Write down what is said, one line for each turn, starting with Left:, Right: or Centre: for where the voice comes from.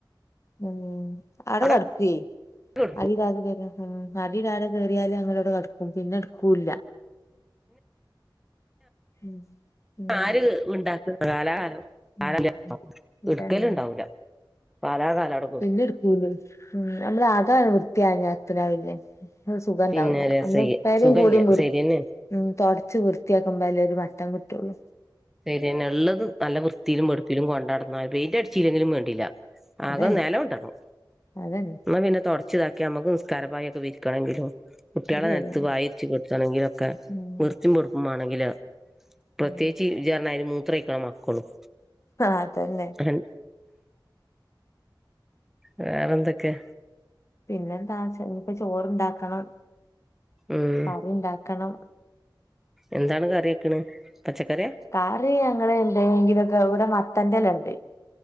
Left: ഉം ആടെ
Centre: അവിടെ
Left: കെടക്കുവേ
Centre: കെട്ട്
Left: അടി ഇടാതെ <unintelligible> ഉം അതില്ലാതെ കേറിയാല് അങ്ങന അവടെ കട്ക്കും പിന്നെട്ക്കൂല്ല. ഉം ഉം
Centre: ആര് അ്‌ണ്ടാക്ക കാലാ കാലം
Left: ഉം
Centre: <unintelligible>
Left: ഉം. അതന്നെ
Centre: അ്‌ട്ക്കല്ണ്ടാവൂല. പാലാ കാലവടെ
Left: പിന്നെ ഇട്ക്കൂല ഉം ഞമ്മളാ <unintelligible> വൃത്തിയായാ അത്രി ആവൂലെ. സുഖംണ്ടാവൂലാ
Centre: പിന്നെ രസയ്യ
Left: ഒന്ന്ട്ത്താലും
Centre: സുഖല്യ
Left: കൂടിം വൃ
Centre: ശരിയന്നെ
Left: ഉം തൊടച്ച് വൃത്തിയാക്കുമ്പല്ലെ ഒര് മട്ടം ക്ട്ടൊള്ളൂ.
Centre: ശരിന്നെ ള്ളത് നല്ല വൃത്തീലും വേട്പ്പിലും കൊണ്ടട്ന്നാ പൈന്റെ അട്ച്ചീലെങ്കിലും വേണ്ടില്ല. ആകം
Left: അതന്നെ
Centre: നേലോണ്ടല്ലോ
Left: അതന്നെ
Centre: ന്ന പിന്നെ തൊട ച്ച് താക്കി അമ്മക്ക് നിസ്കാരപായി ഒക്കെ വിൽക്കണങ്കിലും കുട്ട്യാളെ
Left: അത് ശരിയാണ്
Centre: നൽത്ത് പായിര്ച് കേട്ത്തണെങ്കിലൊക്കെ
Left: ഉം
Centre: വൃത്തിം വെടുപ്പും മാണെങ്കില് പ്രത്യാ
Left: ഉം
Centre: ഇജ്ജ് അർനാരി മൂത്രയ്ക്കാം മക്കളും.
Left: ആഹ് അതന്നെ.
Centre: അൻ വേറെ എന്തൊക്കേ?
Left: പിന്നെ എന്താ ച്ച ഇഞ്ഞിപ്പ ചോറ്ണ്ടാക്കണം.
Centre: ഉം
Left: കറിണ്ടാക്കണം.
Centre: എന്താണ് കറിയക്ക്ണ് പച്ചക്കറിയാ?
Left: കറി ഞങ്ങളെ ന്തോങ്കിലൊക്കെ ഇവടെ മത്തന്റെലണ്ട്.